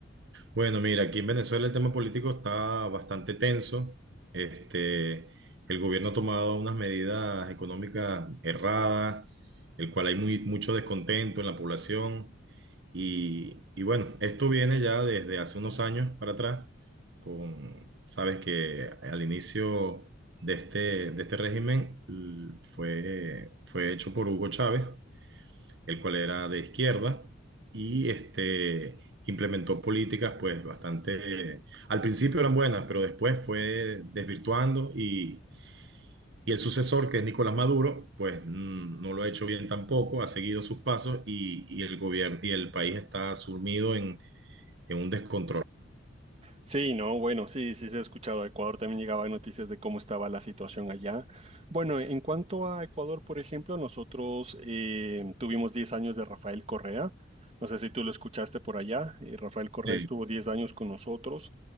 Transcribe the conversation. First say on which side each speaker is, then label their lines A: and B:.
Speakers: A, on the right (about 60°); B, on the right (about 30°).
A: Bueno, mira, aquí en Venezuela el tema político está bastante tenso. Este, el gobierno ha tomado unas medidas económicas erradas, el cual hay muy, mucho descontento en la población. Y, y bueno, esto viene ya desde hace unos años para atrás, con, sabes que al inicio de este, de este régimen l- fue, fue hecho por Hugo Chávez el cual era de izquierda y este, implementó políticas pues bastante, al principio eran buenas, pero después fue desvirtuando y, y el sucesor, que es Nicolás Maduro, pues mm, no lo ha hecho bien tampoco, ha seguido sus pasos y, y el gobierno y el país está sumido en, en un descontrol.
B: Sí, no, bueno, sí, sí se ha escuchado. A Ecuador también llegaba noticias de cómo estaba la situación allá. Bueno, en cuanto a Ecuador, por ejemplo, nosotros eh, tuvimos 10 años de Rafael Correa. No sé si tú lo escuchaste por allá. eh, Rafael Correa
A: Sí.
B: estuvo 10 años con nosotros